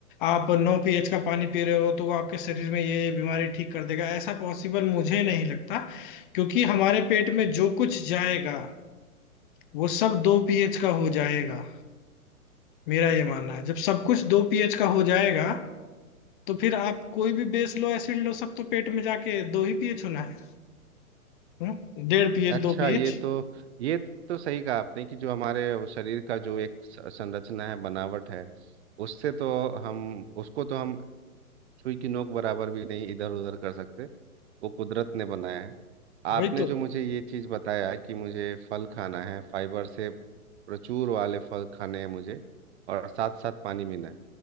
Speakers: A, on the left (about 35°); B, on the right (about 50°).
A: आप नौ पीएच का पानी पी रहे हो तो वो आपके शरीर में ये बीमारी ठीक कर देगा ऐसा पॉसिबल मुझे नहीं लगता क्योंकि हमारे पेट में जो कुछ जाएगा वो सब दो पीएच का हो जाएगा मेरा ये मानना है जब सब कुछ दो पीएच का हो जाएगा तो फिर आप कोई भी बेस लो एसिड लो सब तो पेट में जाके दो ही पीएच होना है हम्म? डेढ़ पीएच
B: अच्छा
A: दो पीएच
B: ये तो ये तो सही कहा आपने कि जो हमारे वो शरीर का जो एक स- संरचना है बनावट है उससे तो हम उसको तो हम सुई की नोक बराबर भी नहीं इधर उधर कर सकते वो कुदरत ने बनाया है
A: वही
B: आपने
A: तो
B: जो मुझे ये चीज़ बताया कि मुझे फल खाना है फाइबर से प्रचुर वाले फल खाने हैं मुझे और साथ साथ पानी पीना है